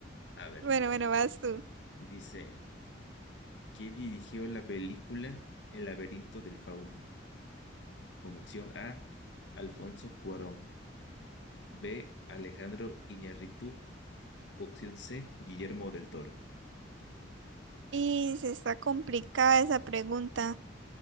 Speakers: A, on the left; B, on the right.
A: A ver,
B: Bueno, bueno, vas tú.
A: dice, ¿quién dirigió la película El laberinto del fauno? Como opción A, Alfonso Cuarón. B. Alejandro Iñárritu. Opción C. Guillermo del Toro.
B: Y se está complicada esa pregunta.